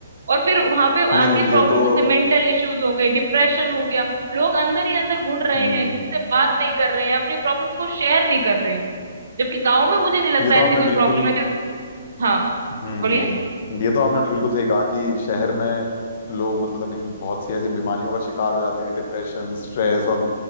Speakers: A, on the right; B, on the left.
A: और फिर वहां पे
B: नहीं
A: आती
B: नहीं
A: है प्रॉब्लम
B: ये तो
A: जैसे मेंटल इश्यूज हो गए डिप्रेशन हो गया लोग अंदर ही अंदर घुट रहे
B: हम्म
A: हैं किसी से बात नहीं कर रहे हैं अपनी प्रॉब्लम्स को शेयर नहीं कर रहे हैं जबकि गाँव में मुझे नहीं लगता
B: ये तो
A: ऐसी
B: आपने
A: कोई
B: बिल्कुल
A: प्रॉब्लम है कि हाँ
B: हम्म
A: बोलिए
B: हम्म हम्म। ये तो आपने बिल्कुल सही कहा कि शहर में लोग मतलब इन बहुत सी ऐसी बीमारियों का शिकार हो जाते हैं डिप्रेशन स्ट्रेस और